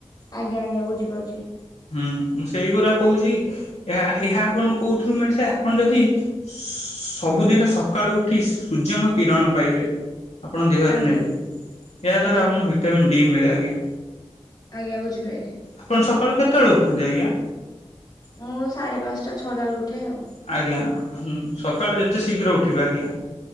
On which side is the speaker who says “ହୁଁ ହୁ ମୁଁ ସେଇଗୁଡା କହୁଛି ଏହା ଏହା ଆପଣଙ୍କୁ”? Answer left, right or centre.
Left